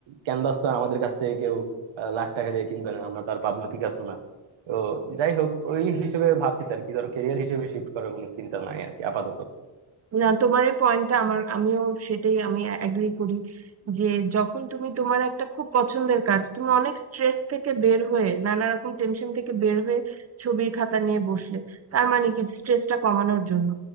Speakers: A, on the right; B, on the right.
A: ক্যানভাস তো আর আমাদের কাছ থেকে কেউ আহ, লাখ টাকা দিয়ে কিনবে না আমরা তো আর পাবলো পিকাসো না তো যাই হোক ওই হিসেবে ভাবতেছি আর কি ধরো কেরিয়ার হিসেবে শিফট করার কোনো চিন্তা নাই আর কি আপাতত
B: না তোমার এই পয়েন্টটা আমার আমিও সেটাই আমি অ্যাগ্রি করি যে যখন তুমি তোমার একটা খুব পছন্দের কাজ তুমি অনেক স্ট্রেস থেকে বের হয়ে নানা রকম টেনশন থেকে বের হয়ে ছবির খাতা নিয়ে বসলে তার মানে কি স্ট্রেসটা কমানোর জন্য